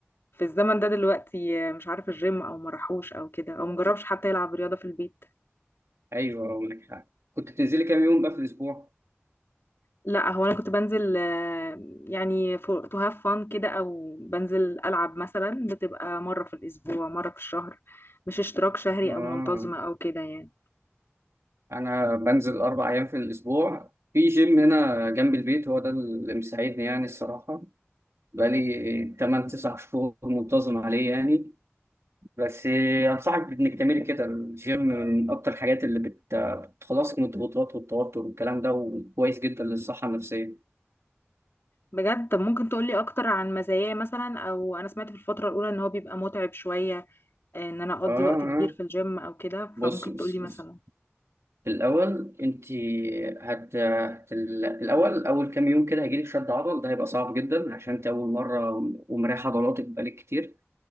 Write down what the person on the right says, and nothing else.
أيوه أقول لك حاجة كنت بتنزلي كام يوم بقى في الأسبوع؟
آه.
أنا بنزل أربع أيام في الأسبوع في جيم هنا جنب البيت هو ده اللي مساعدني يعني الصراحة بقالي تمن تسع شهور منتظم عليه يعني بس أنصحك بإنك تعملي كده الجيم من أكتر الحاجات اللي بت... بتخلصك من الضغوطات والتوتر والكلام ده وكويس جدا للصحة النفسية
آه آه
بص
بص
الأول أنت هت... هت... الأول أول كام يوم كده هيجيلك شد عضل ده هيبقى صعب جدا عشان أنت أول مرة ومريح عضلاتك بقالك كتير